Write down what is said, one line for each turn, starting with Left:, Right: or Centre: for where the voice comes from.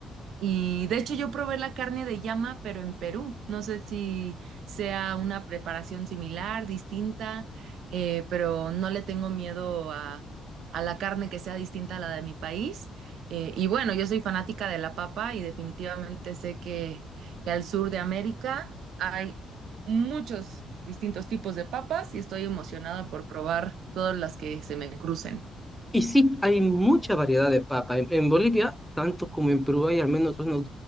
Right: y de hecho yo probé la carne de llama, pero en Perú. No sé si sea una preparación similar, distinta, eh, pero no le tengo miedo a, a la carne que sea distinta a la de mi país. Eh, y bueno, yo soy fanática de la papa y definitivamente sé que, que al sur de América hay muchos distintos tipos de papas y estoy emocionada por probar todas las que se me crucen.
Centre: Y sí, hay mucha variedad de papa. En, en Bolivia, tanto como en Perú, hay al menos unos